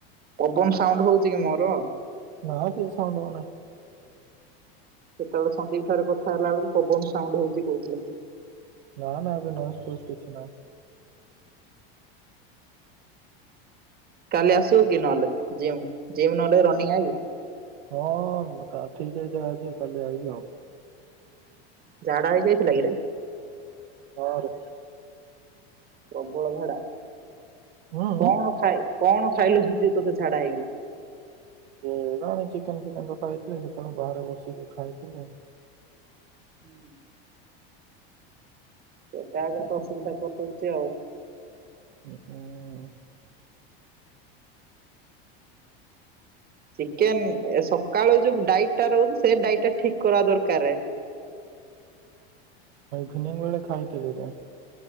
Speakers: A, on the right (about 30°); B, on the right (about 85°).
A: ପବନ ସାଉଣ୍ଡ ହଉଛି କି ମୋର?
B: ନା କିଛି ସାଉଣ୍ଡ ହଉନି।
A: ସେତେବେଳେ ସନ୍ଦୀପ ଠାରେରେ କଥା ହେଲା ବେଳକୁ ପବନ ସାଉଣ୍ଡ ହଉଛି କହୁଥିଲେ ସେ।
B: ନା ନା ଏବେ ନହସ୍ ଫୋସ କିଛି ନାହିଁ।
A: କାଲି ଆସିବୁ କି ନହେଲେ ଜିମ୍ ଜିମ୍ ନହେଲେ ରନିଙ୍ଗ ଆଇବୁ?
B: ହଁ ଠିକ ଅଛି ଆଜି କାଲି ଆଇବି ଆଉ।
A: ଝାଡା ହେଇ ଯାଇଥିଲା କିରେ?
B: ହଁ ରେ।
A: ପ୍ରବଳ ଝାଡା।
B: ହୁଁ ହୁଁ।
A: କଣ ଖାଇ କଣ ଖାଇଲ ସେ ତୋତେ ଝାଡା ହେଇଗଲା?
B: କେଜାଣି ଚିକେନ ଫିକେନ ତ ଖାଇଥିଲେି ସେତେବେଳେ ବାହାରେ ବସିକି ଖାଇଥିଲି।
A: ହୁଁ। ସେଟା ଏକା ତ ଅସୁବିଧା କରିଦଉଛି ଆଉ।
B: ହ।
A: ଚିକେନ ସକାଳୁ ଯୋଉ ଡାଇଟ୍ ଟା ରହୁଛି ସେ ଡାଇଟ୍ ଟା ଠିକ କରିବା ଦରକାର।
B: ଖିନି ବେଳେ ଖାଇଥିଲି ରେ।